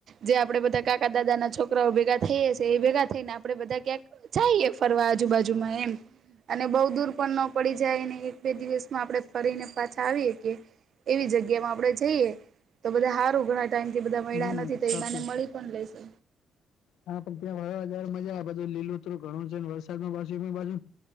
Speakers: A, on the right (about 50°); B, on the left (about 85°).
A: જે આપડે બધા કાકા દાદા ના છોકરાઓ ભેગા થઈ એ છે એ ભેગા થઈને આપડે બધા ક્યાંક જઈએ ફરવા આજુબાજુ જુ માં એમ અને બઉ દૂર પણ ન પડી જાયને એક બે દિવસમાં આપણે ફરીને પાછા આવી હકીએ એવી જગ્યા માં આપડે જઈએ તો બધા હારું ઘણા ટાઈમથી બધા મયલા
B: હમ
A: નથી તો
B: સાચું
A: એ મને મળી
B: છે
A: પણ લેશે.
B: હા પણ ત્યાં ફરવા જયારે મજા આ બધુ લીલોતરુ ઘણો છે ને વરસાદમાં વરસ્યું બાજુ.